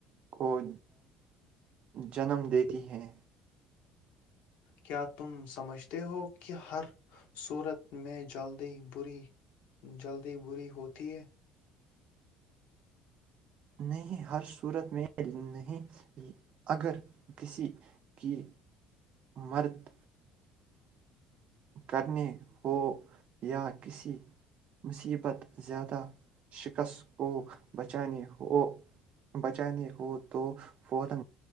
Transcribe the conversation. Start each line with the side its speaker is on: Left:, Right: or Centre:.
Right: کو جنم دیتی ہے
Left: کیا تم سمجھتے ہو کہ ہر صورت میں بری جلدی بری ہوتی ہے
Right: نہیں ہر صورت میں نہیں اگر کسی کی مرد کرنے ہو یا کسی مصیبت زیادہ شکست کو بچانے ہو بچا نہیں وہ تو فورا